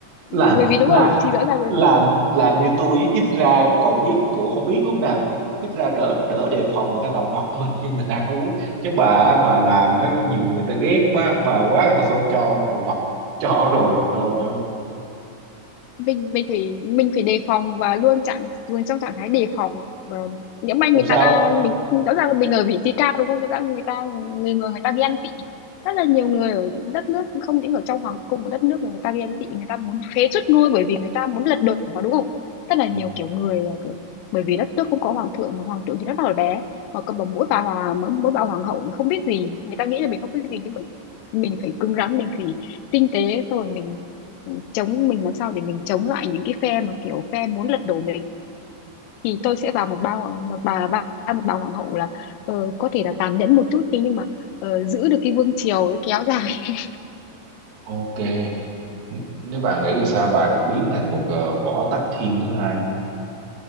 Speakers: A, on the right; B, on the left.
A: làm
B: bởi vì đúng
A: làm
B: không thì rõ ràng
A: làm làm như tôi ấy, ít ra còn biết cũng không biết lúc nào ít ra đỡ đỡ đề phòng người ta đầu độc <laughs> mình khi mình ăn uống chứ bà bà làm á, nhiều người ta ghét quá, bà quá người ta thôi cho đầu độc cho rồi đâu nữa
B: mình mình phải mình phải đề phòng và luôn trạng luôn trong trạng thái đề phòng và nhỡ may
A: làm
B: người
A: sao
B: ta mình, mình rõ ràng là mình ở vị trí cao đúng không rõ ràng người ta người người người ta ghen tị rất là nhiều người ở đất nước không những ở trong hoàng cung một đất nước mà người ta ghen tị người ta muốn phế truất ngôi bởi vì người ta muốn lật đổ mà đúng không rất là
A: Ừ.
B: nhiều kiểu người là kiểu bởi vì đất nước không có hoàng thượng mà hoàng thượng thì rất là bé mà cầm bằng mỗi bà hòa mỗi, mỗi bà hoàng hậu thì không biết gì người ta nghĩ là mình không biết gì nhưng mình mình phải cứng rắn mình phải tinh tế xong rồi mình chống mình làm sao để mình chống lại những cái phe mà kiểu phe muốn lật đổ mình thì tôi sẽ vào một ba hoàng một bà ba một bà hoàng hậu là ờ, có thể là tàn nhẫn một chút đi nhưng mà ờ, giữ được cái vương triều ấy kéo dài
A: Ok, N- nếu bà nghĩ thì sao bà biến thành một ờ, võ tắc thiên thứ hai?